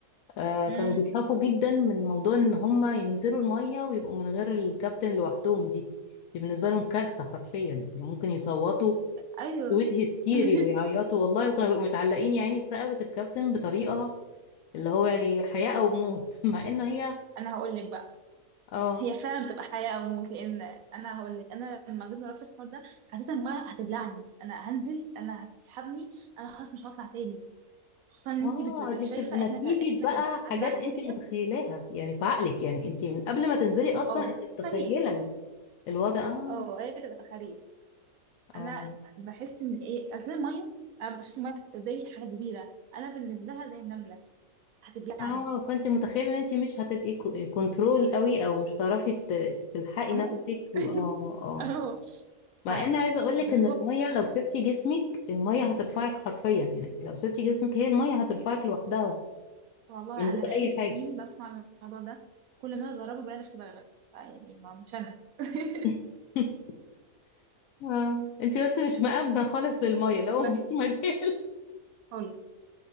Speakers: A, on the left; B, on the right.
A: آه
B: امم
A: كانوا بيخافوا جدا من موضوع ان هما ينزلوا المية ويبقوا من غير الكابتن لوحدهم دي دي بالنسبة لهم كارثة حرفيا يعني ممكن يصوتوا
B: ايوه
A: صوت هستيري
B: <laughs>
A: ويعيطوا والله وكانوا بيبقوا متعلقين يعني في رقبة الكابتن بطريقة اللي هو يعني حياة او موت <laughs> مع ان هي
B: انا هقول لك بقى
A: اه
B: هي فعلا بتبقى حياة او موت لان انا هقول لك انا لما جيت جربت الحوار ده حسيت ان المية هتبلعني انا هنزل انا هتسحبني انا خلاص مش هطلع تاني خصوصا ان
A: اه
B: انت بتبقي
A: دي
B: شايفة
A: بتبقى نتيجة
B: احنا ك... احنا
A: بقى
B: كناس عندها
A: حاجات انت
B: فوبيا
A: متخيلاها يعني في عقلك يعني انت من قبل ما تنزلي اصلا
B: اه
A: انت متخيلة
B: خريف
A: ال- الوضع اه
B: اه هي بتبقى خريف
A: اه
B: انا بحس ان ايه اصل الميه انا بشوف الميه قدامي حاجه كبيره انا بالنسبه لها زي النمله هتبلعني
A: اه فانت متخيلة ان انت مش هتبقي كو- كنترول قوي او مش هتعرفي ت- تلحقي
B: هموت
A: نفسك و-
B: <laughs>
A: اه اه
B: اهو فالموضوع
A: مع ان عايزة اقولك ان المية
B: فوبيا
A: لو سبتي جسمك المية هترفعك حرفيا يعني انت لو سبتي جسمك هي المية هترفعك لوحدها
B: والله
A: من غير
B: انا بقالي
A: اي
B: سنين
A: حاجة
B: بسمع الموضوع ده كل ما أنا اجربه بلاقي نفسي بغرق يعني ما مش انا <laughs>
A: <laughs> اه انت بس مش مأمنة خالص للمية لو مفيش
B: بس
A: مجال
B: خالص